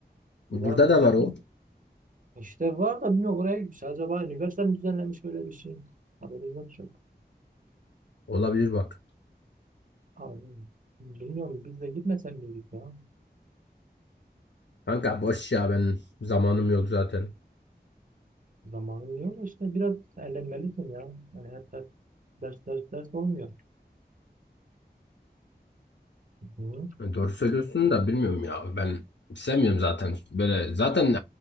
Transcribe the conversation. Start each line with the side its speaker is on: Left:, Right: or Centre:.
Left: Burada
Right: kızağa binmişler.
Left: da var o.
Right: İşte var da bilmiyorum oraya gitmiş. Acaba üniversite mi düzenlemiş böyle bir şey? Haberim yok şu
Left: Olabilir bak.
Right: Abi, bilmiyorum biz de gitmesen miydik ya?
Left: Kanka boş ya ben zamanım yok zaten.
Right: Zamanın yok işte biraz eğlenmelisin ya. Yani hep ders ders ders, ders olmuyor. Hı.
Left: E, Doğru söylüyorsun da bilmiyorum ya. Ben sevmiyorum zaten böyle. Zaten